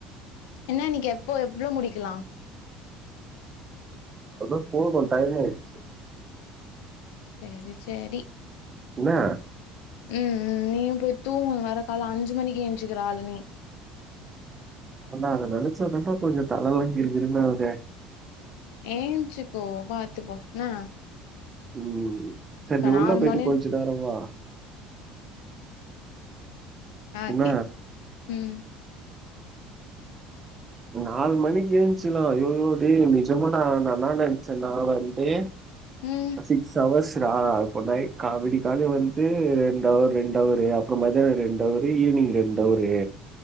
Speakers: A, on the left; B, on the right.
A: என்ன இன்னிக்கி எப்போ எவ்ளோ முடிக்கலா
B: அதா போதும் டைம் ஆயிச்சி
A: சேரி சேரி
B: என்னா
A: ம் ம் நீயும் போய் தூங்கும் வர கால அஞ்சு மணிக்கு ஏஞ்சுக்கிற ஆளு நீ
B: ஆனா அதை நினச்சாதான்டா கொஞ்சம் தலலா கிறு கிறுனு ஆகுது
A: ஏன்ச்சுக்கோ பார்த்துப்போ என்னா
B: ம் சரி நீ உள்ளோ
A: நாலு
B: போய்ட்டு
A: மணி
B: கொஞ்ச நேரம் வா
A: ஓகே
B: என்ன
A: ம்
B: நாலு மணிக்கு ஏன்ச்சிலாம் அய்யயோ டே நஜமாட நா என்னா நினச்சேன்னா வந்தே
A: ம்
B: சிக்ஸ் ஹவர்ஸ்டா அப்போ நைட் கா விடி கால வந்து ரெண்டவர் ரெண்டவரு அப்பறம் மதியானம் ரெண்டவர் திரும்பி ஈவினிங் ரெண்டு அவரு